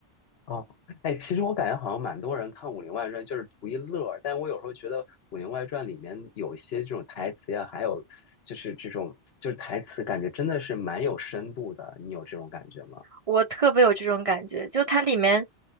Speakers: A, on the left; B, on the right.
A: 哦，哎，其实我感觉好像蛮多人看《武林外传》就是图一乐儿，但我有时候觉得《武林外传》里面有一些这种台词呀，还有就是这种就是台词，感觉真的是蛮有深度的。你有这种感觉吗？
B: 我特别有这种感觉，就它里面